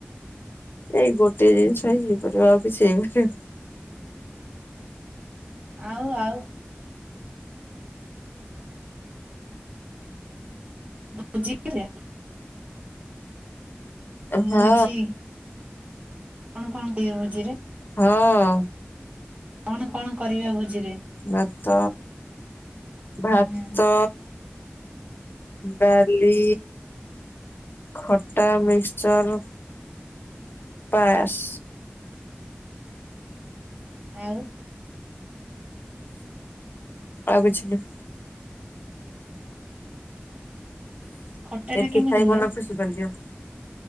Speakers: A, on the left (about 55°); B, on the right (about 35°).
A: ଏଇ ଗୋଟେ ଜିନିଷ ହେଇପାରିବ। ଆଉ କିଛି ହେଇପାରିବ
B: ଆଉ ଆଉ ଭୋଜି କରିବା?
A: ଏ ହଁ।
B: ଭୋଜି କଣ କଣ ହୁଏ ଭୋଜିରେ?
A: ହଁ।
B: କଣ କଣ କରିବା ଭୋଜି
A: ବାତ, ଭାତ
B: ହୁଁ
A: ଡାଲି ଖଟା, ମିକ୍ସଚର୍, ପାସ୍
B: ଆଉ
A: ଆଉ କିଛି ନା।
B: ଖଟା ଟା
A: ଏଥି
B: କେମିତି
A: ଖାଇ
B: ହୁଏ
A: ମନ ଖୁସି କରିଦିଅ।